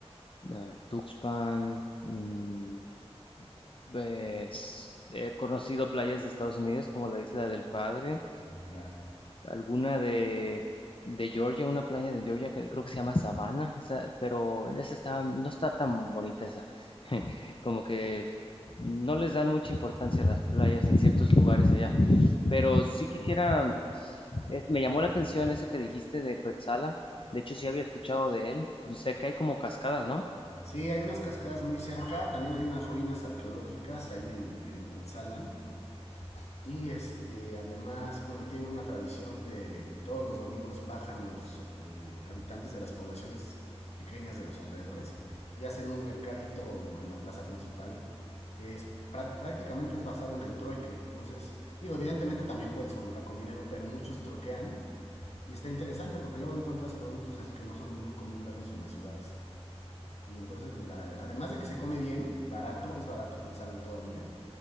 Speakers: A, on the left (about 55°); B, on the left (about 75°).
A: eh, Tuxpan, mm, pues, he conocido playas de Estados Unidos como la Isla del Padre,
B: Ya,
A: alguna de, de Georgia, una playa de Georgia que creo que se llama Savannah, esa, pero esa está, no está tan bonita esa. <laughs> Como que no les dan mucha importancia a las playas en ciertos lugares allá. Pero sí quisiera, es- me llamó la atención ese que dijiste de Coetzala. De hecho, sí había escuchado de él. Yo Sé que hay como cascadas, ¿no?
B: Sí, hay unas cascadas muy cerca, también hay unas ruinas arqueológicas ahí en, en Cuetzalan. Y este, además, bueno, tiene una tradición de todos los domingos bajan los eh, habitantes de las poblaciones pequeñas de los alrededores y hacen un mercadito en la plaza principal que es prácticamente es basado en el trueque. Entonces, digo, evidentemente también puedes comprar con dinero, pero muchos truequean y está interesante porque luego encuentras productos así que no son muy común verlos en las ciudades. Y entonces, además de que se come bien, barato, es barato cuetzalan todavía.